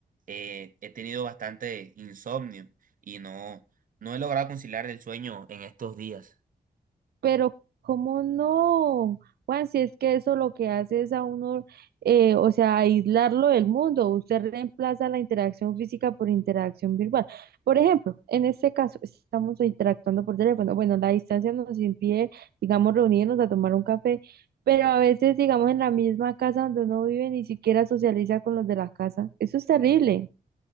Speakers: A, on the right; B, on the right.
A: eh, he tenido bastante insomnio y no, no he logrado conciliar el sueño en estos días.
B: Pero, ¿cómo no? Juan, si es que eso lo que hace es a uno, eh, o sea, aislarlo del mundo. Usted reemplaza la interacción física por interacción virtual. Por ejemplo, en este caso, estamos interactuando por teléfono. Bueno, la distancia nos impide, digamos, reunirnos a tomar un café, pero a veces, digamos, en la misma casa donde uno vive, ni siquiera socializa con los de la casa. Eso es terrible,